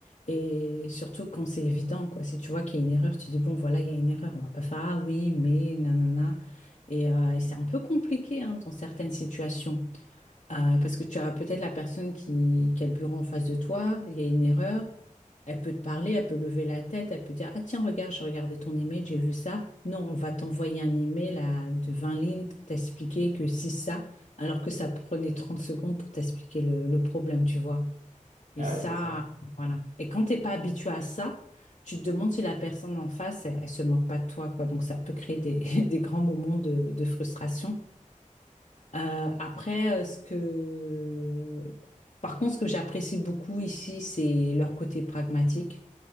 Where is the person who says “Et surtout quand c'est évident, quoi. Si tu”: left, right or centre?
Left